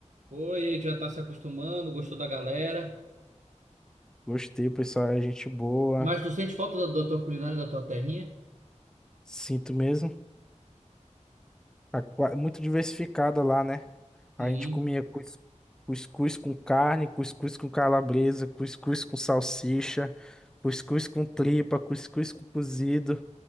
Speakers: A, on the right (about 75°); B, in the centre.
A: Oi, e aí, já tá se acostumando, gostou da galera,
B: Gostei, o pessoal é gente boa.
A: mas tu sente falta da, da tua culinária, da tua terrinha?
B: Sinto mesmo. A qua- Muito diversificada lá, né? A
A: Sim,
B: gente comia cus- cuscuz com carne, cuscuz com calabresa, cuscuz com salsicha, cuscuz com tripa, cuscuz com cozido.